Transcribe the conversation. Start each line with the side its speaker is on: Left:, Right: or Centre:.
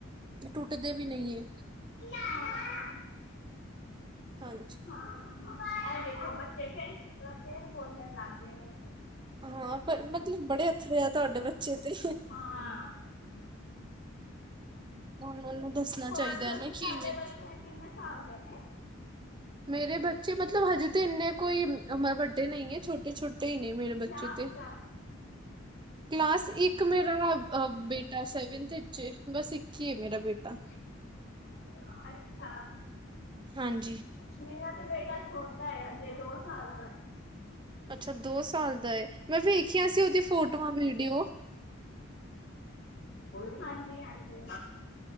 Right: ਟੁੱਟਦੇ ਵੀ ਨਹੀਂ ਹੈ।
Left: ਲ <unintelligible>
Right: ਹਾਂਜੀ।
Left: ਹ ਉਹ ਦੇਖੋ ਬੱਚੇ ਫੇਰ -ਫੇਰ ਬੋਲਣ ਲੱਗ ਗਏ ਨੇ।
Right: ਹਾਂ। ਪਰ ਮਤਲਬ ਬੜੇ ਅਥੱਰੇ ਆ ਤੁਹਾਡੇ ਬੱਚੇ ਤੇ।
Left: ਹਾਂ।
Right: ਉਹਨਾਂ ਨੂੰ ਦੱਸਣਾ
Left: ਹੋਰ
Right: ਚਾਹੀਦਾ
Left: ਮਸੀ
Right: ਹੈ ਨਾ
Left: ਤੁਹਾਡੇ
Right: ਕਿਵੇਂ
Left: ਬੱਚੇ ਕਿੰਨੇ ਸਾਲ ਦੇ ਨੇ।
Right: ਮੇਰੇ ਬੱਚੇ ਮਤਲਬ ਹਜੇ ਤੇ ਇੰਨੇ ਕੋਈ ਵੱਡੇ ਨਹੀਂ ਹੈ ਛੋਟੇ -ਛੋਟੇ ਛੋਟੇ ਈ ਨੇ ਮੇਰੇ
Left: ਕਲਾਸ
Right: ਬੱਚੇ ਤੇ।
Left: ਕਲਾਸ
Right: ਕਲਾਸ ਇੱਕ ਮੇਰਾ ਬੇਟਾ ਸੈਵਨਥ ਵਿੱਚ ਬਸ ਇੱਕ ਐ ਮੇਰਾ ਬੇਟਾ।
Left: ਹ <inaudible> ਅੱਛਾ।
Right: ਹਾਂਜੀ।
Left: ਮੇਰਾ ਤੇ ਬੇਟਾ ਛੋਟਾ ਹੈ ਹਜੇ ਦੋ ਸਾਲ ਦਾ ਹੈ।
Right: ਅੱਛਾ ਦੋ ਸਾਲ ਦਾ ਏ ਮੈਂ ਵੇਖਿਆ ਸੀ ਉਹਦੀ ਫੋਟੋਆਂ, ਵੀਡੀਓ।
Left: ਉਹ ਹਾਂਜੀ- ਹਾਂਜੀ।